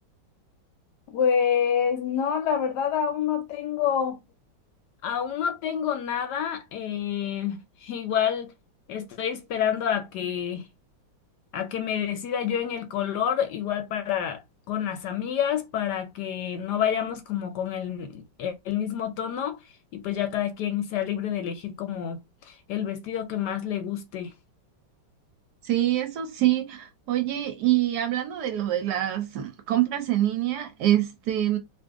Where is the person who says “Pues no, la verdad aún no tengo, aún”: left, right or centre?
Left